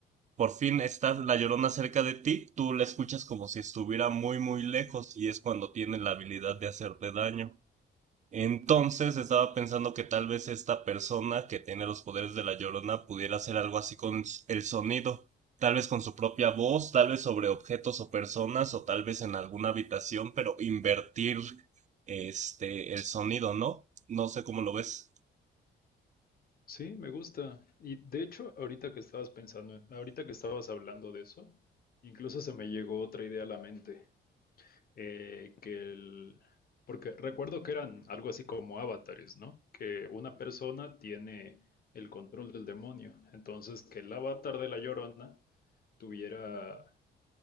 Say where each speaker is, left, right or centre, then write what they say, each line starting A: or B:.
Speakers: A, on the right; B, on the left.
A: por fin está la llorona cerca de ti, tú la escuchas como si estuviera muy muy lejos y es cuando tiene la habilidad de hacerte daño. Entonces estaba pensando que tal vez esta persona que tiene los poderes de la Llorona pudiera hacer algo así con s- el sonido, tal vez con su propia voz, tal vez sobre objetos o personas, o tal vez en alguna habitación, pero invertir este el sonido, ¿no? No sé cómo lo ves.
B: Sí, me gusta. Y de hecho, ahorita que estabas pensando, ahorita que estabas hablando de eso, incluso se me llegó otra idea a la mente, eh, que el... Porque recuerdo que eran algo así como avatares, ¿no? Que una persona tiene el control del demonio. Entonces, que el avatar de la Llorona tuviera